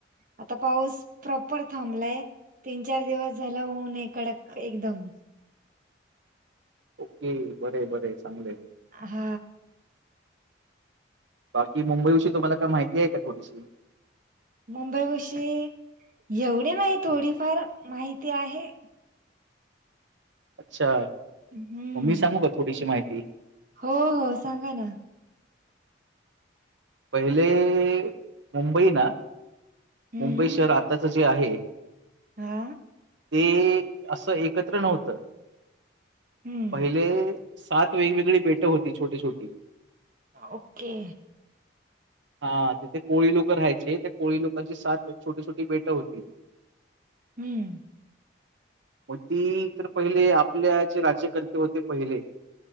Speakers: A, on the right (about 45°); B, on the right (about 75°).
A: आता पाऊस प्रॉपर थांबलाय तीन चार दिवस झाला ऊन आहे यकडक एकदम
B: ह बर बर चांगलेय
A: हा
B: बाकी मुंबई विषी तुम्हाला काय माहिती आहे का थोडीशी
A: मुंबई विषयी एवढे नाही थोडी फार माहिती आहे
B: अच्छा
A: हम्म
B: मग मी सांगू का थोडीशी माहिती
A: हो हो सांगा ना
B: पहिले मुंबई ना
A: हम्म
B: मुंबई शहर आत्ताच जे आहे.
A: हा
B: ते असं एकत्र नव्हतं.
A: हम्म
B: पहिले सात वेगवेगळी बेट होती छोटी छोटी
A: ओके
B: हा तिथे कोळी लोकं राहायचे त्या कोळी लोकांची सात छोटी छोटी बेट होती.
A: हम्म
B: मग ती तर पहिले आपल्या जे राज्यकर्ते होते पहिले